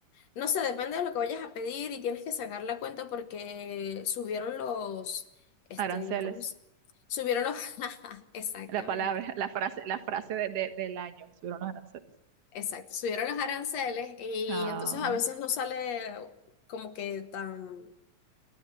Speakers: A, on the left; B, on the right.
A: no sé, depende de lo que vayas a pedir y tienes que sacar la cuenta porque subieron los, este,
B: Aranceles,
A: ¿cómo se- Subieron los, <laughs> exactamente,
B: la palabra, <laughs> la frase, la frase de, de- del año, subieron los aranceles.
A: exacto, subieron los aranceles y
B: Ah,
A: entonces a veces no sale como que tan